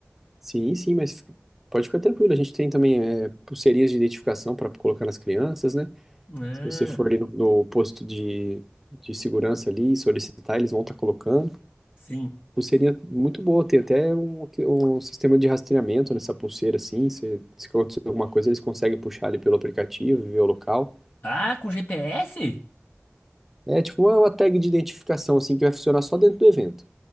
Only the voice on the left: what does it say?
Ah,
sim.
Ah, com GPS?